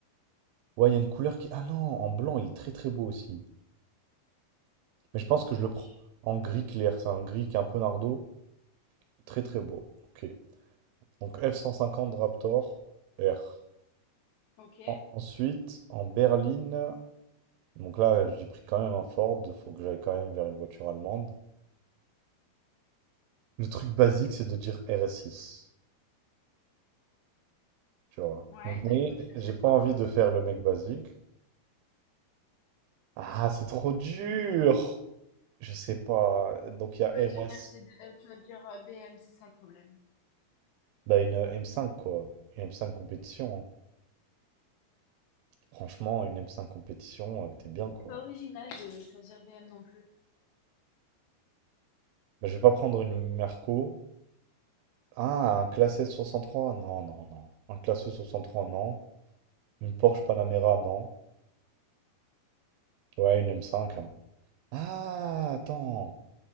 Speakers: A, on the right; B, on the left.
A: Ouais, il y a une couleur qui. Ah non, en blanc, il est très très beau aussi. Mais
B: Ok,
A: je pense
B: je m'en
A: que
B: fiche.
A: je le prends en gris clair. C'est un gris qui est un peu nardo. Très très beau. Ok. Donc f cent cinquante Raptor R.
B: Ok.
A: En- Ensuite, en berline. Donc là, j'ai pris quand même un Ford. Faut que j'aille quand même vers une voiture allemande. Le truc basique, c'est de dire rs six. tu vois.
B: Ouais,
A: Mais
B: toi, tu vas choisir
A: j'ai pas
B: quoi?
A: envie de faire le mec basique. Ah, c'est trop dur! Je sais pas. Donc il y a RS,
B: Tu vas dire Mercedes, euh, tu vas dire euh, BM, c'est ça le problème.
A: bah une M5 quoi. Une M5 compétition. hein. Franchement, une M5 compétition, euh, t'es bien quoi.
B: C'est pas original de choisir BM non plus.
A: Bah, je vais pas prendre une Merco. Ah, un classe S63? Non, non, non. Un classe E63, non. Une Porsche Panamera, non. Ouais, une M5. hein. Ah, attends.